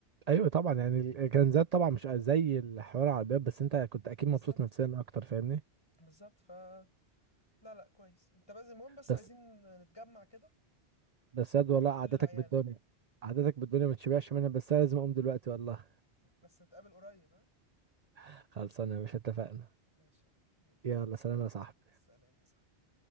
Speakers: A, on the right; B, on the left.
A: ايوه طبعا يعني الكنزات طبعا مش زي الحوار على الباب بس انت كنت اكيد
B: بالظبط
A: مبسوط نفسيا اكتر فاهمني
B: بالظبط ف لا لا كويس انت بس المهم بس
A: بس
B: عايزين نتجمع كده
A: بس ياد والله
B: ونقول
A: قعدتك
B: للعيال
A: بالدنيا قعدتك بالدنيا ما تشبعش منها بس انا لازم اقوم دلوقتي والله
B: بس نتقابل قريب ها
A: <laughs> خلصانه يا باشا اتفقنا
B: ماشي يا عم. يلا
A: يلا سلام يا صاحبي
B: سلام يا صاحبي